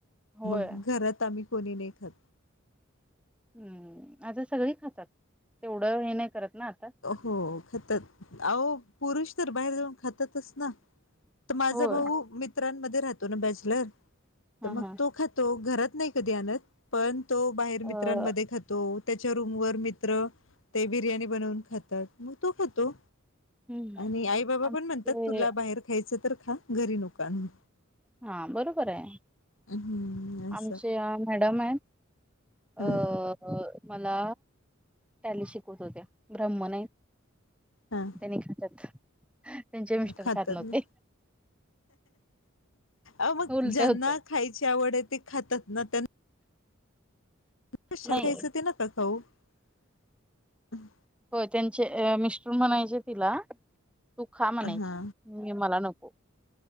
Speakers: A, in the centre; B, on the left.
A: होय.
B: मग घरात आम्ही... कोणी लेखात..
A: ह <inaudible> आता सगळी खातात तेवढं ये नाही. करत ना आता.
B: हो खत आ... पुरष बाहेर जाऊन खातात ना, तर माझा
A: होय
B: भाऊ मित्रांमध्ये राह ो ना बॅचलर
A: हा
B: तर मग
A: हा.
B: तो खातो. घरात नाही कधी आणत, पण तो बाहेर
A: अ
B: मित्रांमध्ये खातो. त्याच्या रूम वर मित्र ते बिर्याणी बनून खातात, मग तो खातो.
A: हम्म
B: आणि आई बाबा
A: आमचे
B: पण म्हणतात, तुला बाहेर खायचं तर खा घरी नको आनु.
A: हा बरोबर आहे.
B: हम्म असं
A: आमच्या मॅडम आहेत अ
B: हा
A: अ मला टॅली शिकवत होत्या ब्रह्मण हाईत.
B: हा
A: त्यांनी खातात, त्यांचे मिस्टर
B: खातात
A: खात नव्हते.
B: ना अ मग
A: उलट
B: ज्यांना
A: होत.
B: खायची आवड आहे, ते खातात ना त्यांना कशाला
A: नाही
B: घ्यायचं ते <unintelligible> हो हम्.
A: हो. त्यांचे मिस्टर म्हणायचे तिला तु खा म्हणाचे!
B: हा
A: मी मला नको.